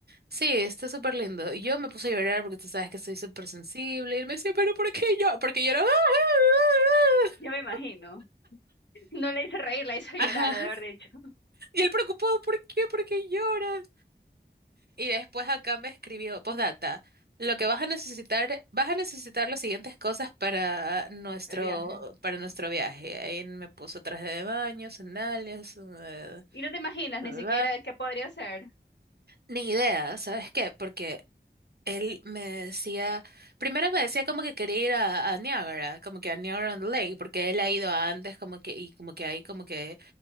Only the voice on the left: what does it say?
Ya me imagino. No la hice reír, la hice
llorar, ha de haber dicho,
el viaje.
Y no te imaginas
ni
siquiera
de qué podría ser.